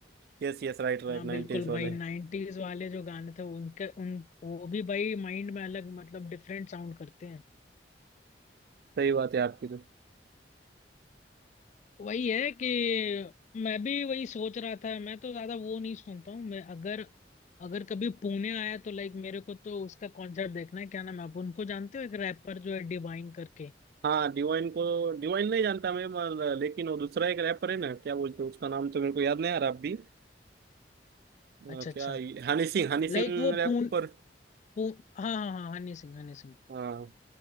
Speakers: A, on the right; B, on the left.
A: Yes yes right right
B: हाँ बिल्कुल
A: nineties वाले
B: भाई नाइन्टीज वाले जो गाने थे उनके उन वो भी भाई माइंड में अलग मतलब डिफरेंट साउंड करते हैं
A: सही बात है आपकी तो
B: वही है कि मैं भी वही सोच रहा था मैं तो ज्यादा वो नहीं सुनता हूँ मैं अगर अगर कभी पुणे आया तो लाइक मेरे को तो उसका कॉन्सर्ट देखना है क्या नाम है आप उनको जानते हो एक रैपर जो है डिवाइन करके
A: हाँ डिवाइन को डिवाइन नहीं जानता मैं मगर- लेकिन वो दूसरा एक रैपर है ना क्या बोलते हैं उसका नाम तो मेरे को याद नहीं आ रहा अभी अ,
B: अच्छा अच्छा
A: क्या ये- हनी सिंह हनी सिंह
B: लाइक वो
A: रैपर
B: पून पू, हाँ हाँ हाँ हनी सिंह हनी सिंह
A: हाँ